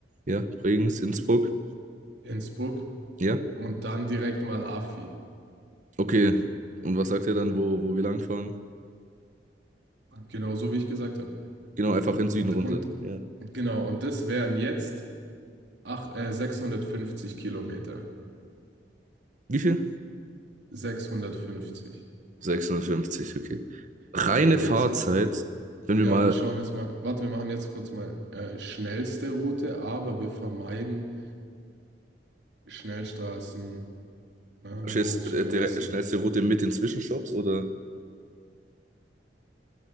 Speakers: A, on the right; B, on the right.
A: ja, Bregenz, Innsbruck,
B: Innsbruck
A: ja,
B: und dann direkt mal Affi.
A: okay. Und was sagt er dann, wo, wo wir langfahren?
B: Genau so wie ich gesagt habe.
A: Genau, einfach in den Süden
B: Und,
A: runter.
B: und
A: Ja.
B: genau, und das wären jetzt ach, äh, 650 Kilometer.
A: Wie viel?
B: sechshundertfünfzig
A: 650, okay. Reine
B: Aber
A: Fahrzeit,
B: jetzt,
A: wenn
B: ja,
A: wir mal,
B: wir schauen jetzt mal, warte, wir machen jetzt kurz mal äh, schnellste Route, aber wir vermeiden Schnellstraßen, äh,
A: verstehst,
B: Mautstraßen.
A: äh, direkt- schnellste Route mit den Zwischenstopps oder?